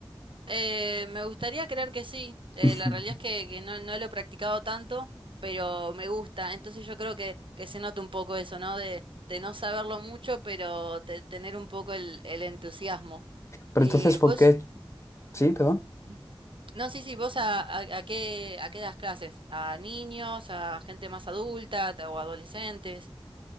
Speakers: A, on the right (about 65°); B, on the left (about 30°).
A: Eh, me gustaría creer que sí. Eh,
B: <laughs>
A: la realidad es que, que no, no lo he practicado tanto, pero me gusta. Entonces yo creo que, que se nota un poco eso, ¿no? De, de no saberlo mucho, pero te- tener un poco el, el entusiasmo.
B: Pero
A: Eh,
B: entonces, ¿por
A: vos,
B: qué? Sí, perdón.
A: Ujú. no, sí, sí, vos a, a, a qué, a qué das clases? ¿A niños, a gente más adulta o adolescentes?